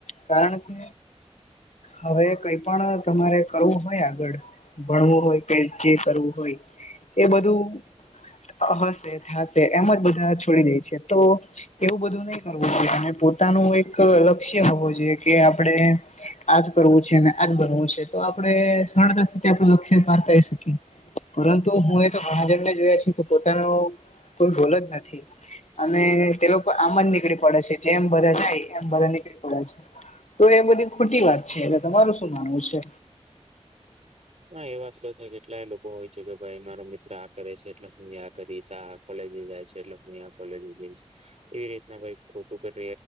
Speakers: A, on the left; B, on the right.
A: કારણ કે હવે કઈ પણ તમારે કરવું હોય આગળ ભણવું હોય કે જે કરવું હોય એ બધું હશે થશે એમ જ બધા છોડી દે છે તો એવું બધું નહી કરવું જોઈએ અને પોતાનું એક લક્ષ્ય હોવું જોઈએ કે આપણેે આજ કરવું છે અને આજ બનવું છે તો આપડે સરળતા <unintelligible> લક્ષ્ય પાર કરી શકીએ. પરંતુ હું એ તો ઘણા જણને જોયા છ કે પોતાનો કોઈ ગોલ જ નથી. અને તે લોકો આમ જ નીકળી પડે છે જેમ <unintelligible> જાય એમ બધા નીકળી પડે છે. તો એ બધી ખોટી વાત છે એટલે તમારું શું માનવું છે.
B: હા એ વાત તો છે કેટલાય લોકો હોય છે કે ભાઈ મારો મિત્ર આ કરે છે એટલે હું <unintelligible> કરીશ આ કોલેજ જાય છે એટલે હું આ કોલેજ જઈશ એવી રીતના ભાઈ ખોટું <unintelligible> ચૂઝ